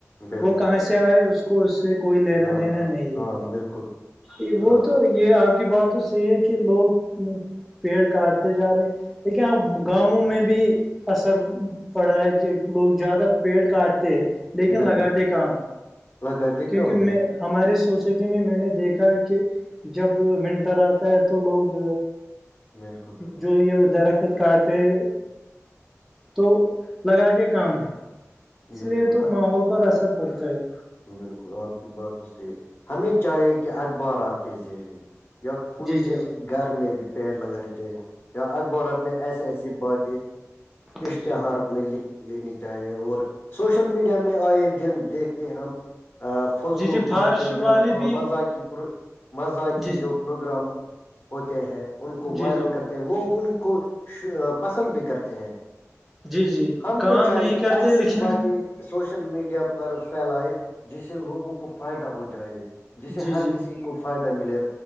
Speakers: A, on the left; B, in the centre.
A: بالکل
B: وہ کہاں
A: بالکل
B: سے آئے اس کو اس سے کوئی لینا
A: ہاں
B: دینا
A: ہاں
B: نہیں
A: ہاں
B: ہے
A: بالکل
B: یہ
A: ہاں
B: وہ تو یہ آپ کی بات تو صحیح ہے کہ لوگ پیڑ کاٹتے جا رہے لیکن آپ گاؤوں میں بھی بھی اثر پڑا ہے کہ لوگ زیادہ پیٹ کاٹ ہیں لیکن
A: بالکل
B: لگاتے کام
A: لگاتے
B: کیونکہ
A: کم ہے
B: میں ہمارے سوسائٹی میں میں نے دیکھا ہے کہ جب منٹر آتا ہے تو لوگ
A: بالکل بالکل
B: جو یہ درخت کاٹتے ہیں تو لگاتے کام ہیں اس
A: بالکل
B: لیے تو ماحول پر اثر پڑتا ہے
A: بالکل آپ کی بات تو صحیح ہے ہمیں چاہیے کہ اخبارات کے ذریعے یا خود
B: جی جی
A: کے
B: جی
A: گھر میں بھی پیڑ لگانے چاہیے اخبارات میں ایس ایسی باتیں اشتہار
B: جی جی
A: میں لکھ لینی چاہی اور سوشل میڈیا میں آئے دن دیکھتے ہم فضول
B: جی جی فارش
A: باتیں یا
B: والے
A: مطلب
B: بھی
A: مزاقی پر مزاقی
B: جی جی
A: جو پروگرام ہوتے ہیں ان کو
B: جی
A: وائرل
B: جی
A: کرتے لوگ ان کو پسند بھی کرتے ہیں
B: جی جی
A: ہم
B: کام
A: کو چاہے
B: نہیں
A: کہ
B: کرتے
A: ایسی
B: لیکن
A: باتیں سوشل میڈیا پر پھیلائے جس سے لوگوں کو فائدہ ہو جائے جسے
B: جی
A: ہر
B: جی
A: کسی کو فائدہ ملے